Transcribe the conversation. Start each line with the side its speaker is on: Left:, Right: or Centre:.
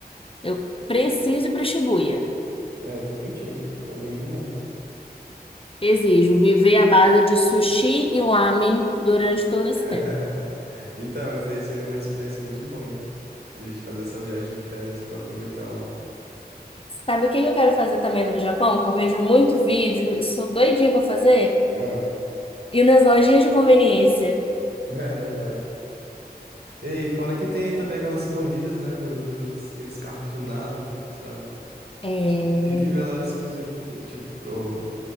Left: Eu preciso ir para Shibuya.
Right: É, eu tô contigo. Eu animo demais.
Left: Exijo viver à base de sushi e lamen durante todo
Right: <laughs>
Left: esse tempo.
Right: Então, isso aí seria uma experiência muito boa, hein? A gente fazer essa viagem de férias pra aproveitar lá.
Left: Sabe o que eu quero fazer também no Japão? Que eu vejo muito vídeo, eu sou doidinha para fazer?
Right: Ah,
Left: Ir nas lojinhas de conveniência.
Right: <laughs> é verdade. Ei, fora que tem também aquelas corridas, né? do- dos, aqueles carros tunados, sabe?
Left: É...
Right: Ti- Pique Velozes e Furiosos. Tipo, ô,